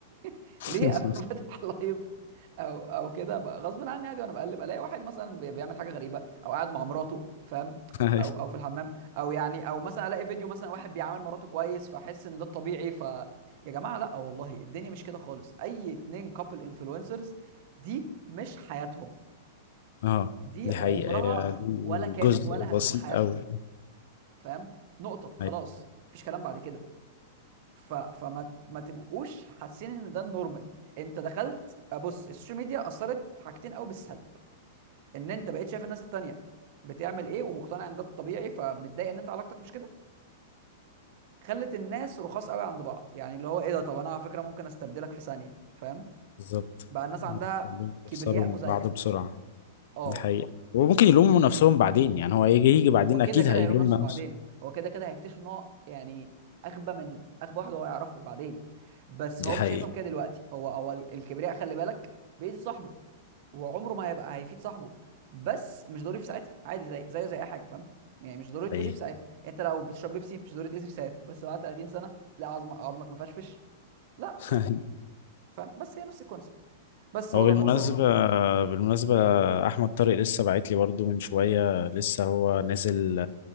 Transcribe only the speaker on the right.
<laughs>
ليه ابقى فاتح لايف او او كده بقى غصب عني عادي وانا بقلب الاقي واحد مثلا بي- بيعمل حاجه غريبه او قاعد مع مراته فاهم
او او في الحمام او يعني او مثلا الاقي فيديو مثلا واحد بيعامل مراته كويس فاحس ان ده الطبيعي ف يا جماعه لا والله الدنيا مش كده خالص اي اتنين كابل انفلونسرز دي مش حياتهم
دي
عمرها
ولا كانت
ولا
هتكون حياتهم
فاهم نقطة خلاص
مفيش كلام بعد كده ف... فما ما تبقوش حاسين ان ده النورمال انت دخلت بص السوشيال ميديا اثرت في حاجتين قوي بالسلب ان انت بقيت شايف الناس التانية بتعمل ايه ومقتنع ان ده الطبيعي فمتضايق ان انت علاقتك مش كده خلت الناس رخاص قوي عند بعض يعني اللي هو ايه ده طب انا على فكرة ممكن استبدلك في ثانية فاهم
بقى الناس عندها
كبرياء
مزيف
اه
هو كده
كده
هيلوم نفسه
بعدين هو كده كده هيكتشف ان هو يعني اغبى من اغبى واحد هو يعرفه بعدين بس
هو
مش هيفهم كده دلوقتي هو هو ال- الكبرياء خلي بالك بيأذي صاحبه وعمره ما هيبقى هيفيد صاحبه بس مش ضروري في ساعتها عادي زي زيه زي اي حاجه فاهم يعني مش ضروري تأذي
في ساعتها انت لو بتشرب بيبسي مش ضروري تأذي في ساعتها بس بعد 30 سنه تلاقي عظم عظمك مفشفش لا
يعني فاهم بس هي نفس الكونسبت بس
هو
ده الموضوع يعني